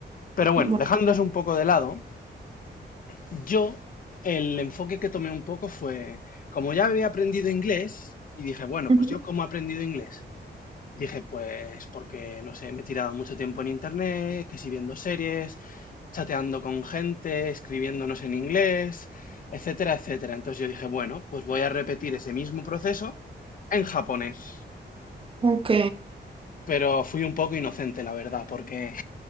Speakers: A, on the left; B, on the right.
A: Pero bueno,
B: Bueno,
A: dejando eso un poco de lado, yo, el enfoque que tomé un poco fue, como ya había aprendido inglés, y dije, bueno,
B: ujú.
A: pues yo cómo he aprendido inglés. Dije, pues porque, no sé, me he tirado mucho tiempo en internet, que si viendo series, chateando con gente, escribiéndonos en inglés, etcétera, etcétera. Entonces yo dije, bueno, pues voy a repetir ese mismo proceso en japonés.
B: Ok,
A: Pero fui un poco inocente, la verdad, porque